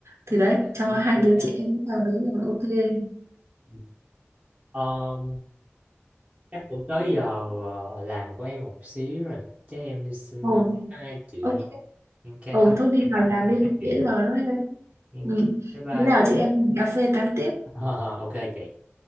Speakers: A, on the right; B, on the right.
A: thì đấy cho
B: Cũng
A: hai
B: vui
A: đứa
B: nha
A: chị em vào đấy là ok
B: Ừ. Ờ, Chắc cũng tới giờ ờ, làm của em một xíu rồi Chắc em xin
A: ồ
B: ờ, bye hai chị
A: ok
B: nha Em cái
A: ồ
B: hôm nay
A: thôi đi
B: em
A: vào
B: rảnh
A: làm
B: rồi
A: đi
B: nói
A: không
B: chuyện
A: trễ giờ nữa đấy
B: Em-
A: ừ.
B: Bye
A: bữa nào
B: bye
A: chị em mình cà phê tán tiếp
B: <laughs> Ờ, ờ, Ok chị